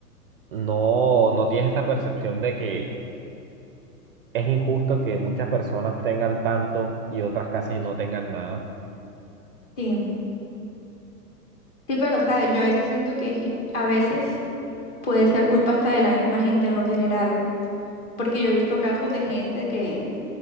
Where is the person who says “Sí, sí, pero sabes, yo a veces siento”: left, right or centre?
Left